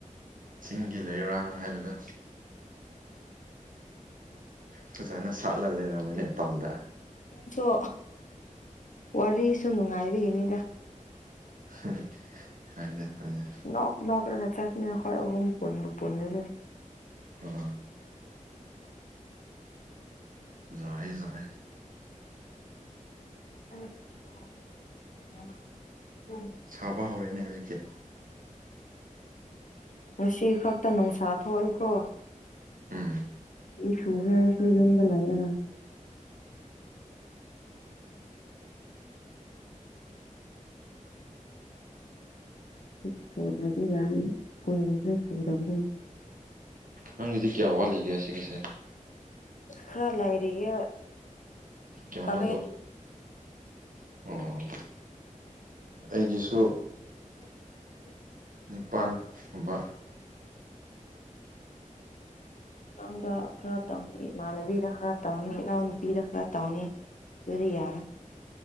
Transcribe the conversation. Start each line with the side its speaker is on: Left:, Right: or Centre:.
Right: ꯆꯤꯡꯒꯤ ꯂꯩꯔꯥꯡ ꯍꯥꯏꯕꯗꯣ꯫ ꯐꯖꯅ ꯁꯥꯠꯂ ꯂꯩꯔꯝꯃꯤꯅꯦ ꯇꯝꯗ꯫
Left: ꯁꯨ ꯋꯥꯔꯤꯁꯨ ꯅꯨꯡꯉꯥꯏꯕꯒꯤꯅꯤꯗ꯫
Right: <unintelligible>
Left: ꯅꯣꯛ ꯅꯣꯛꯔꯒ ꯆꯠꯄꯅꯦ ꯑꯩꯈꯣꯏ ꯑꯍꯨꯝ ꯄꯨꯟꯕꯨ ꯄꯨꯟꯂꯗꯤ꯫
Right: ꯑ꯫ ꯖꯥꯏ ꯖꯥꯏ꯫
Left: <unintelligible>
Right: ꯁꯥꯕ ꯍꯧꯔꯦꯅꯦ ꯍꯧꯖꯤꯛꯁꯤ꯫
Left: ꯉꯁꯤ ꯈꯛꯇ ꯅꯨꯡꯁꯥ ꯊꯣꯛꯏꯀꯣ꯫
Right: ꯎꯝ
Left: ꯆꯨꯒꯦ ꯍꯥꯏꯁꯨ ꯌꯨꯝꯗ ꯂꯩꯔꯒ꯫ <unintelligible>
Right: ꯅꯪꯒꯤꯗꯤ ꯀꯌꯥ ꯋꯥꯠꯂꯤꯒꯦ ꯁꯤꯒꯁꯦ
Left: ꯈꯔꯥ ꯂꯥꯏꯔꯤꯌꯦ
Right: ꯀꯌꯥꯅꯣꯗꯣ
Left: ꯇꯔꯦꯠ
Right: ꯑꯣ ꯑꯩꯒꯤꯁꯨ
Left: <inaudible>
Right: ꯅꯤꯄꯥꯟꯒꯨꯝꯕ
Left: ꯅꯪꯗ ꯈꯔ ꯇꯧꯅꯤ ꯏꯃꯥꯟꯅꯕꯤꯗ ꯈꯔ ꯇꯧꯅꯤ ꯏꯅꯥꯎ ꯅꯨꯄꯤꯗ ꯈꯔ ꯇꯧꯅꯤ ꯑꯗꯨꯗꯤ ꯌꯥꯔꯦ꯫